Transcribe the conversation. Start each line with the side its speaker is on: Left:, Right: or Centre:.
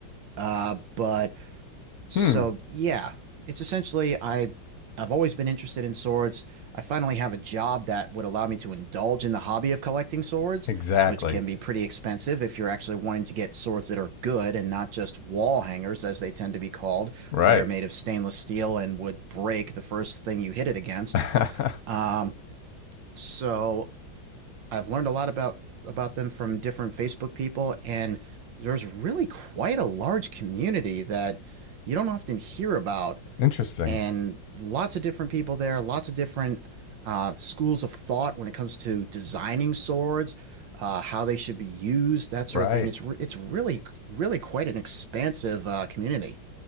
Right: Uh, but so
Left: Hmm.
Right: yeah, it's essentially I I've always been interested in swords. I finally have a job that would allow me to indulge in the hobby of collecting swords,
Left: Exactly.
Right: which can be pretty expensive if you're actually wanting to get swords that are good and not just wall hangers, as they tend to be called,
Left: Right.
Right: that are made of stainless steel and would break the first thing you hit it against.
Left: <laughs>
Right: Um, so I've learned a lot about about them from different Facebook people, and there's really quite a large community that you don't often hear about,
Left: Interesting.
Right: and lots of different people there, lots of different uh, schools of thought when it comes to designing swords, uh, how they should be used, that sort
Left: Right.
Right: of thing. It's re it's really really quite an expansive uh, community.